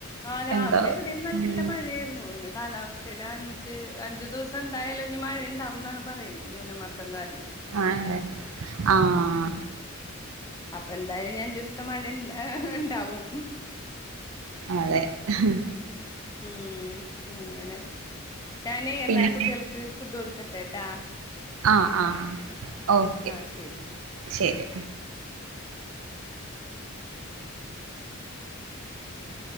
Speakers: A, on the left; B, on the right.
A: ആന്ന് രാവിലെ
B: എന്താ
A: ഇവിടെും നല്ല
B: ഉം
A: മഴയായിരുന്നു അയ്ന് കാലാവസ്ഥ അഞ്ച് അഞ്ചു ദിവസം എന്തായാലും ഞ്ഞ് മഴയ ഉണ്ടാവും എന്നാണ് പറയുന്നത് ന്യൂനമർദ്ദം കാരണം
B: ആഹ് ആഹ്
A: അപ്പൊ എന്തായാലും ഞ്ഞ് അഞ്ചു സത്തിന് മഴ ഉണ്ടാവും
B: അതെ ഉം
A: ഉം അങ്ങനെ ഞാനേ എന്നാ
B: പിന്നെ
A: കുട്ടികൾക്ക് ഫുഡ് കൊടുക്കട്ടെട്ടാ
B: ആഹ് ആഹ് ഓക്കെ
A: ആ ശരി
B: ശരി
A: <inaudible>